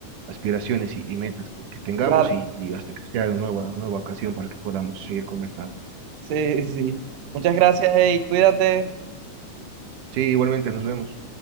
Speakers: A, on the right (about 85°); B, on the right (about 65°).
A: aspiraciones y, y metas que, que tengamos
B: Dale.
A: y, y hasta que sea una nueva, nueva ocasión para que podamos seguir conversando.
B: Sí, sí. sí. Muchas gracias, hey, cuídate.
A: Sí, igualmente, nos vemos.